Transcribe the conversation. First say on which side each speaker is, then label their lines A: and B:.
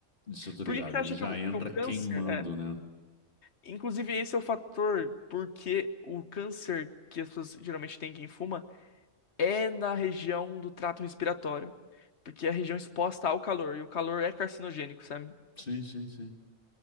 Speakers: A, on the left (about 40°); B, on the left (about 55°).
A: Isso eu tô ligado.
B: Por que que você acha
A: Ele já
B: que o,
A: entra
B: que o câncer
A: queimando,
B: é?
A: né?
B: Inclusive, esse é o fator porque o câncer que as pessoas geralmente têm quem fuma é na região do trato respiratório. Porque é a região exposta ao calor, e o calor é carcinogênico, sabe?
A: Sim, sim, sim.